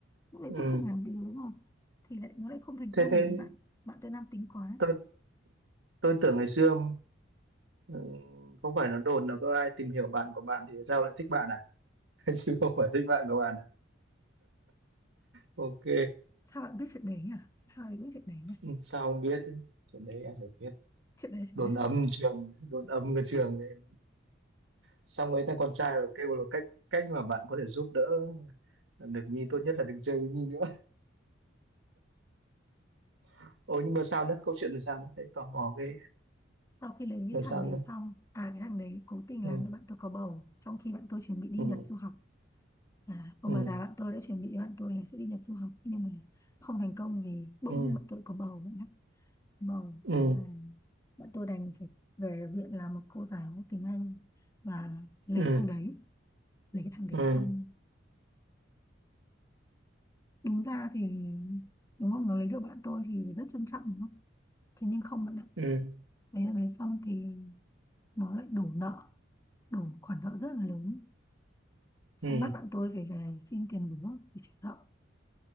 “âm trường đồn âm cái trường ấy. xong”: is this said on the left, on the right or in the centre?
Right